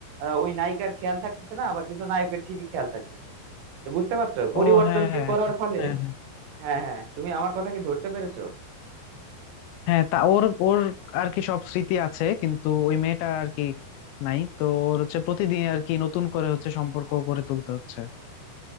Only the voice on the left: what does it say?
ও
হ্যাঁ হ্যাঁ
হ্যাঁ হ্যাঁ
হ্যাঁ তা ওর ওর আর কি সব স্মৃতি আছে কিন্তু ওই মেয়েটা আর কি নাই তো ওর হচ্ছে প্রতিদিন আর কি নতুন করে হচ্ছে সম্পর্ক গড়ে তুলতে হচ্ছে